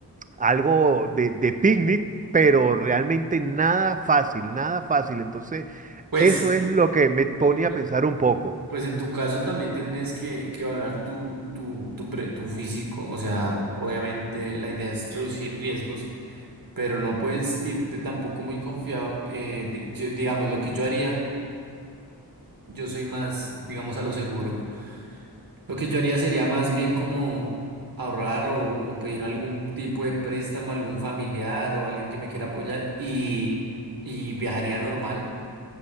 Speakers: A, on the right; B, on the right.
A: algo de, de picnic, pero realmente nada fácil, nada fácil. Entonces,
B: Pues,
A: eso es lo que me pone
B: pu-
A: a
B: pu-
A: pensar un poco.
B: pues en tu caso también tienes que, que evaluar tu, tu, tu, pre- tu físico. O sea, obviamente la idea es reducir riesgos, pero no puedes irte tampoco muy confiado. eh, di- yo- digamos, lo que yo haría, yo soy más, digamos, a lo seguro. Lo que yo haría sería más bien como ahorrar o, o pedir algún tipo de préstamo a algún familiar o alguien que me quiera apoyar y, y viajaría normal.